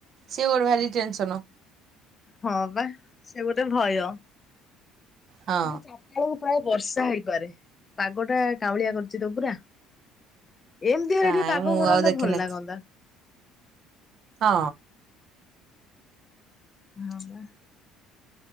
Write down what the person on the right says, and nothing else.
ସିଏ ଗୋଟେ ଭାରି ଟେନସନ୍।
ହଁ
କାହିଁ
ମୁଁ
ଆଉ ଦେଖିନି
ହଁ।